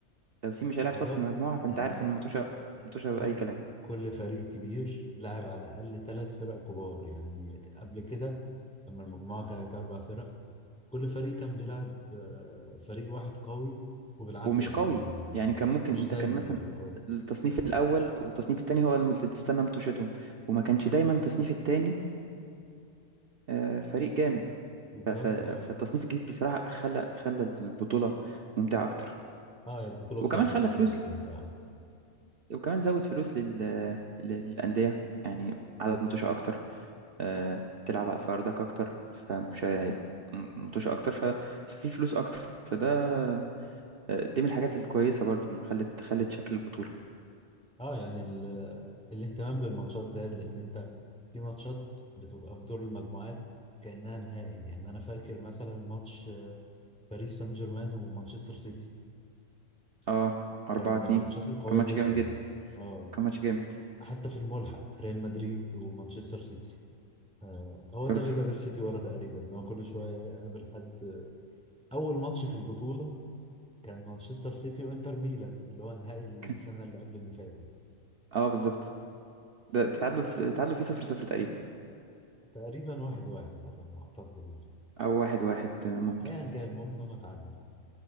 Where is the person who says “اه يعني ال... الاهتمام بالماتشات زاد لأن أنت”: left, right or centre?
Centre